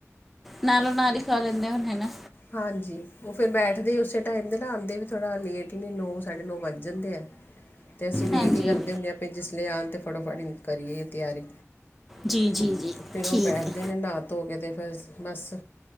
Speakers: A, in the centre; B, on the left (about 40°).
A: ਨਾਲੋਂ ਨਾਲ ਹੀ ਖਾ ਲੈਂਦੇ ਹੁਣ ਹਨਾ।
B: ਹਾਂਜੀ ਉਹ ਫਿਰ ਬੈਠਦੇ ਉਸੇ ਟਾਈਮ ਦੇ ਨਾ ਆਉਂਦੇ ਵੀ, ਥੋੜ੍ਹਾ ਲੇਟ ਹੀ ਨਹੀਂ ਨੌਂ ਸਾਢੇ ਨੌ ਵੱਜ ਜਾਂਦੇ ਆ ਅਤੇ ਅਸੀਂ ਵੇਟ
A: ਹਾਂਜੀ
B: ਹੀ ਕਰਦੇ ਹੁੰਦੇ ਹਾਂ ਆਪਾਂ ਜਿਸ ਲਿਆਉਣ ਤੇ ਫਟੋਫਟ ਕਰੀ ਇਹ ਤਿਆਰੀ
A: ਜੀ ਜੀ ਜੀ
B: ਫਿਰ
A: ਠੀਕ
B: ਉਹ ਬੈਠਦੇ
A: ਹੈ
B: ਨੇ ਨਹਾਂ ਧੋ ਕੇ ਅਤੇ ਫਿਰ ਬਸ